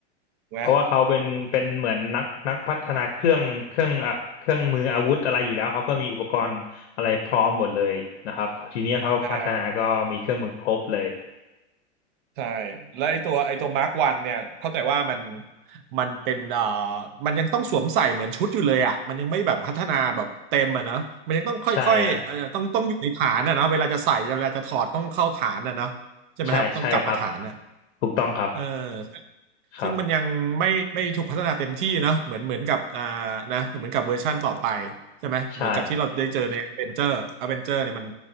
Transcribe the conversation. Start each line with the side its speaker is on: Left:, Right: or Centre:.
Right: ถูกไหม
Left: เพราะว่าเขาเป็นเป็นเหมือนนักนักพัฒนาเครื่องเครื่องอ่ะเครื่องมืออาวุธอะไรอยู่แล้วเขาก็มีอุปกรณ์อะไรพร้อมหมดเลยนะครับทีนี้เขาพัฒนาก็มีเครื่องมือครบเลย
Right: <laughs> อ่า ใช่แล้วไอตัวไอตัวมาร์กวันเนี่ยเข้าใจว่ามันมันเป็นเอ่อมันยังต้องสวมใส่เหมือนชุดอยู่เลยอ่ะมันยังไม่แบบพัฒนาแบบเต็มอ่ะนะมันยังต้องค่อยๆเอ่อต้องต้องอยู่ในฐานอ่ะเนาะเวลาจะใส่เวลาจะถอดต้องเข้าฐานอ่ะเนาะใช่ไหมครับต้องกลับมาฐานอ่ะ
Left: ใช่ครับใช่ใช่ครับถูกต้องครับ
Right: เออซึ่ง
Left: ครับ
Right: ซึ่งมันยังไม่ไม่ถูกพัฒนาเต็มที่เนาะเหมือนเหมือนกับอ่านะเหมือนกับเวอร์ชั่นต่อไปใช่ไหมเหมือนกับที่เราได้เจอในอเวนเจอร์อเวนเจอร์เนี่ยมัน
Left: ใช่